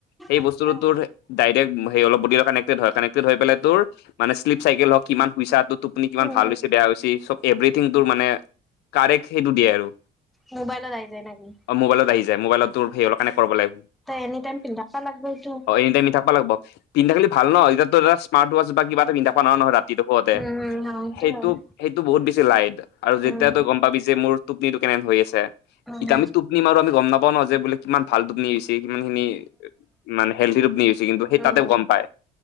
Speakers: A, on the left; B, in the centre.
A: সেই
B: আচ্ছা
A: বস্তুটো তোৰ ডাইৰেক সেই অলপ বডিৰ লগত কানেকটে হয়, কানেকটেড হৈ পেলাই তোৰ শ্লপ চাইকেল হওক কিমান শুইছা তোৰ টোপনি কিমান
B: উম
A: ভাল হৈছে, বেয়া হৈছে চব এভ্ৰথিংটোৰ মানে কাৰেক্ট সেইটো দিয়ে আৰু।
B: মোবাইলত আহি যায় নেকি
A: অ মোবাইলত আহি যায় মোবাইলত তোৰ সেইল কানেক্ট কৰিব লাগিব।
B: তই এনি টাইম পিন্ধি থাকবা লাগব এইটো
A: অ এনি টাইমি থাবা লাগিব। পিন্ধা থাকিল ভাল ন, এতিয়াটো এ স্মাৰ্ট ওৱাচ বা কিব এটা পিন্ধা নৰা নহয় ৰাতি তই সুওতে।
B: উম উম হয়তো
A: সেইটো
B: হয়
A: সেইটো বহুত বেছি লাইট আৰু যেতিয়া
B: উম
A: তই গম পাবি যে মোৰ টোপনি কেনে হৈ আছে,
B: উম
A: এতিয়া
B: উম
A: আমি টোপনি মাৰো আমি গম নাপাও ন' যে বোলে কিমান ভাল টোপনি হৈছে। কিমানখিনি মানে হেলদি ৰূপ নি হৈছে কিন্তু সেই
B: উম
A: তাতে
B: উম উম
A: গম পায়।